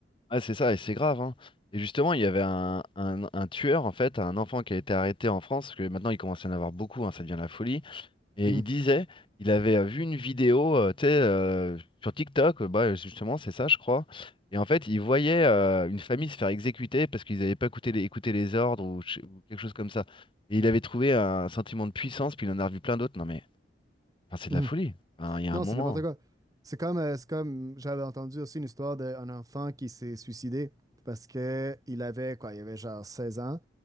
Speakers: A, on the left (about 30°); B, on the right (about 20°).
A: Ah, c'est ça, et c'est grave, hein. Et justement, il y avait un, un- un tueur, en fait, un enfant qui a été arrêté en France, parce que maintenant il commence à y en avoir beaucoup, hein, ça devient la folie. Et
B: Mhm,
A: il disait, il avait euh, vu une vidéo, euh, tu sais, euh, sur TikTok, euh, bah, justement, c'est ça, je crois. Et en fait, il voyait euh, une famille se faire exécuter parce qu'ils n'avaient pas écouté les, écouté les ordres ou, ch- ou quelque chose comme ça. Et il avait trouvé un sentiment de puissance, puis il en a revu plein d'autres. Non mais, enfin, c'est de
B: mhm.
A: la folie. Enfin, Il y a
B: Non,
A: un moment.
B: c'est n'importe quoi. C'est comme, euh, c'est comme j'avais entendu aussi une histoire d'un enfant qui s'est suicidé parce que il avait quoi, il avait genre 16 ans.